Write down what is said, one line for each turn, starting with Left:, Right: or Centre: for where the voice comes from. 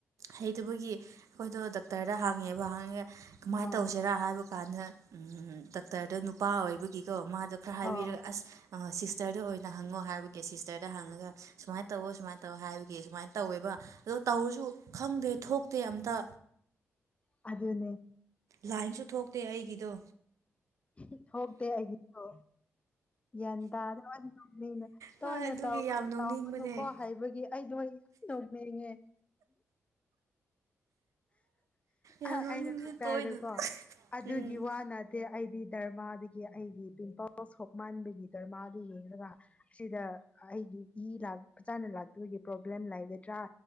Right: ꯍꯩꯇꯕꯒꯤ ꯑꯩꯈꯣꯏꯗꯣ ꯗꯥꯛꯇꯔꯗ ꯍꯥꯡꯉꯦꯕ ꯍꯥꯡꯉꯒ ꯀꯃꯥꯏꯅ
Left: ꯑꯥ
Right: ꯇꯧꯁꯤꯔꯥ ꯍꯥꯏꯕ ꯀꯥꯟꯗ ꯗꯥꯛꯇꯔꯗꯣ ꯅꯨꯄꯥ ꯑꯣꯏꯕꯒꯤꯀꯣ ꯃꯥꯗꯣ ꯈꯔ ꯍꯥꯏꯕꯤꯔꯒ
Left: ꯑꯥ
Right: ꯑꯁ ꯑꯥ ꯁꯤꯁꯇꯔꯗ ꯑꯣꯏꯅ ꯍꯪꯉꯣ ꯍꯥꯏꯕꯒꯤ ꯁꯤꯁꯇꯔꯗ ꯍꯪꯉꯒ ꯁꯨꯃꯥꯏꯅ ꯇꯧꯋꯣ ꯁꯨꯃꯥꯏꯅ ꯇꯧ ꯍꯥꯏꯕꯒꯤ ꯁꯨꯃꯥꯏꯅ ꯇꯧꯋꯦꯕ ꯑꯗꯣ ꯇꯧꯔꯁꯨ ꯈꯪꯗꯦ ꯊꯣꯛꯇꯦ ꯑꯝꯇ
Left: ꯑꯗꯨꯅꯦ
Right: ꯂꯥꯏꯟꯁꯨ ꯊꯣꯛꯇꯦ ꯑꯩꯒꯤꯗꯣ
Left: ꯍꯤꯛꯊꯣꯛꯇꯦ ꯑꯩꯗꯤꯀꯣ ꯒ꯭ꯌꯥꯟ ꯇꯥꯗꯅ <unintelligible>
Right: ꯍꯣꯏ
Left: ꯇꯣꯏꯅ
Right: ꯑꯗꯨꯒꯤ
Left: ꯇꯧ
Right: ꯌꯥꯝ ꯅꯣꯛꯅꯤꯡꯕꯅꯦ
Left: ꯇꯧꯒꯅꯨꯀꯣ ꯍꯥꯏꯕꯒꯤ ꯑꯩꯗꯣ ꯑꯩ ꯅꯣꯛꯅꯤꯡꯉꯦ
Right: ꯌꯥꯝ
Left: ꯑꯥ
Right: ꯅꯣꯛꯅꯤꯡꯉꯦ
Left: ꯑꯩꯅ ꯗꯥꯛꯇꯔꯗꯀꯣ
Right: ꯇꯣꯏꯅ
Left: ꯑꯗꯨꯒꯤ
Right: ꯎꯝ
Left: ꯋꯥꯅ ꯇꯦ ꯑꯩꯗꯤ ꯗꯔꯃꯥꯗꯒꯤ ꯑꯩꯒꯤ ꯄꯤꯝꯄꯜꯁ ꯍꯣꯛꯃꯟꯕꯒꯤ ꯗꯔꯃꯥꯗꯨ ꯌꯦꯡꯉꯒ ꯑꯁꯤꯗ ꯑꯩꯒꯤ ꯏ ꯂꯥꯛꯖꯥꯅ ꯂꯥꯛꯇꯕꯒꯤ ꯄ꯭ꯔꯣꯕ꯭ꯂꯦꯝ ꯂꯩꯒꯗ꯭ꯔꯥ